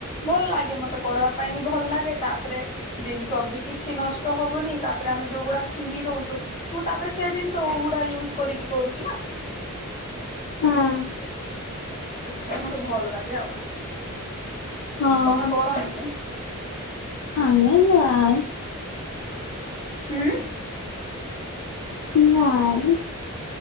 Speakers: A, on the left (about 35°); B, on the left (about 60°).
A: ଭଲ ଲାଗେ ମତେ କରିବା ପାଇଁ ବି ଭଲ ଲାଗେ। ତାପରେ ଜିନିଷ ବି କିଛି ନଷ୍ଟ ହବନି ତାପରେ ଆମେ ଯୋଉଗୁଡା ଫିଙ୍ଗି ଦଉଛୁ। ମୁଁ ତାପରେ ସେ ଜିନିଷ ଉୁଡା ୟୁଜ କରିକି କରୁଛି ନା।
B: ହଁ।
A: ସେ ମତେ ଭଲ ଲାଗେ ଆଉ।
B: ହଁ
A: ତମେ କରନି କି?
B: ଆମେ। <inaudible>
A: ହୁଁ।
B: ନାଇଁ।